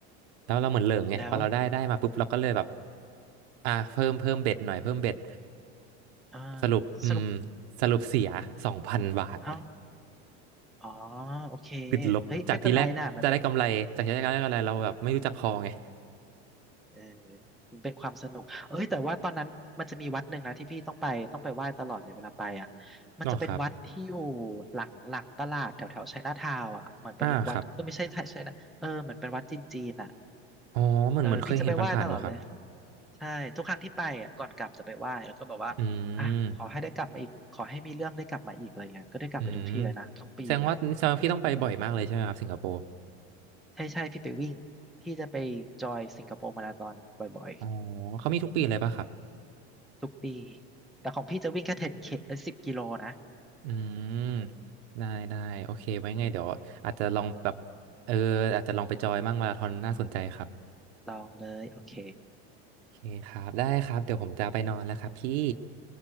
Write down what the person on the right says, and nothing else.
แล้วเราเหมือนเหลิงไงพอเราได้ได้มาปุ๊บเราก็เลยแบบ
อ่าเพิ่มเพิ่มเบ็ดหน่อยเพิ่มเบ็ด
สรุปอืม
สรุปเสียสองพันบาท
ติดลบจากที่แรกจะได้กำไรจากที่แรกจะได้กำไรเราแบบไม่รู้จักพอไง
อ๋อครับ
อ่าครับอ๋อเหมือนเหมือนเคยเห็นผ่านๆอยู่ครับ
อืม อืมแสดงว่าแสดงว่าพี่ต้องไปบ่อยมากเลยใช่ไหมครับสิงคโปร์
อ๋อเขามีทุกปีเลยป่ะครับ
อืม
ได้ได้โอเคไว้ไงเดี๋ยวอาจจะลองแบบเอออาจจะลองไปจอยมั่งมาราธอนน่าสนใจครับ
โอเคครับได้ครับเดี๋ยวผมจะไปนอนแล้วครับพี่